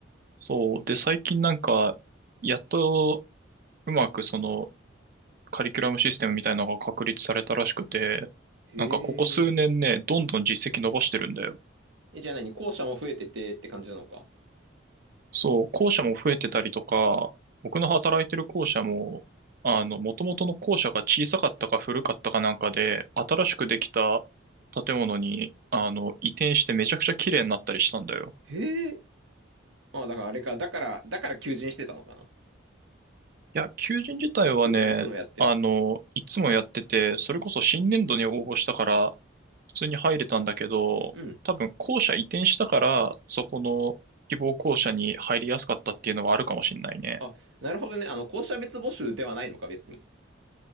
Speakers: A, on the right; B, on the right.
A: そう。で、最近なんか、やっとうまくそのカリキュラムシステムみたいなのが確立されたらしくて、
B: へ
A: なんかここ数年ね、
B: え。
A: どんどん実績伸ばしてるんだよ。
B: え、じゃあ何校舎も増えててって感じなのか。
A: そう、校舎も増えてたりとか、僕の働いてる校舎も、あの、元々の校舎が小さかったか古かったかなんかで、新しくできた建物に、あの、移転してめちゃくちゃ綺麗になったりしたんだよ。
B: へえ。あ、だからあれか。だから、だから求人してたのかな。
A: いや、求人自体はね、
B: 求人はいつもやってる。
A: あの、いつもやってて、それこそ新年度に応募したから、普通に入れたんだけど、
B: うん。
A: 多分校舎移転したから、そこの希望校舎に入りやすかったっていうのはあるかもしんないね。
B: あ、なるほどね。あの、校舎別募集ではないのか、別に。